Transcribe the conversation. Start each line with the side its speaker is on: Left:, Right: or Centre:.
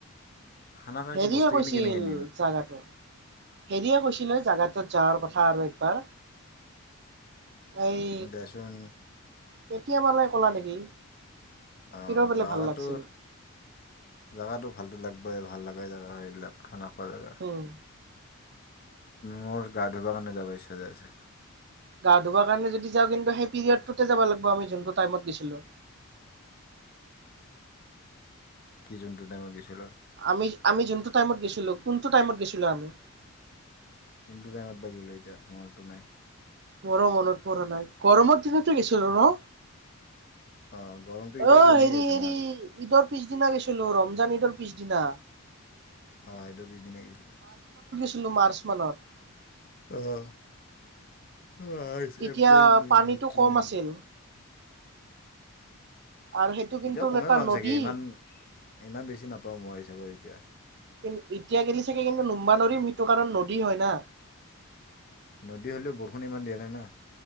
Left: সেনেকৈ
Right: হেৰিয়ে
Left: বস্তুখিনি
Right: কৈছিল
Left: কেনেকৈ নিম
Right: জাগাটো হেৰিয়ে কৈছিলে জাগা, যাৱাৰ কথা আৰু একবাৰ এই
Left: বেচোন
Right: কেতিয়াবালে কলা নেকি?
Left: অ
Right: হিৰ' বোলে
Left: জাগাটো
Right: ভাল লাগছিল
Left: জাগাটো ভালটো লাগিব। ব ভাল লগা জেগা, এইবিলাক খানা খোৱা জেগা,
Right: উম
Left: মোৰ গা ধুবৰ কাৰণে যাব ইচ্ছা যে আছে।
Right: গা ধুব কাৰ যদি যওঁৰি লাগ গ
Left: কি জোনটো দা ম গৈছিল।
Right: আমি আমি যোনটো টাইমত গেছিলো কোনটো ইমত গেছিলো আমি
Left: কোনটো টাইমত বাগিললো এতিয়া মৰতটো নাই,
Right: মোৰ মনত পৰে নাই গৰমৰ দিনতে গেছিলো ন
Left: অঁ গৰমটো এতিয়াও
Right: আহ
Left: চলিয়ে
Right: হেৰি
Left: আছে
Right: হেৰি
Left: না
Right: ঈদৰ পিছদিনা গেছিলো ৰমজান এইটোৰ পিছদিনা।
Left: অ এইটো বিছদিন গৈছিলো।
Right: ছিলো মাৰ্চ মানত।
Left: আহ। মাৰ্চ,
Right: তেতিয়া
Left: এপ্ৰিল, মে,
Right: পানীটো
Left: জুন
Right: কম আছিল। আৰু সেইটো কিন্তু
Left: এতিয়াও কমেই
Right: এটা
Left: পাম
Right: নদী
Left: চাগে ইমান ইমান বেছি নাপাওঁ মই হিচাপে এতিয়া।
Right: কিন্তু এতিয়া গিলে চাগে কিন্তু নুম্বা নৰিম সেইটো কাৰণ নদী হয় না।
Left: নদী হ'লেও বৰষুণ ইমান দিয়া নাই না।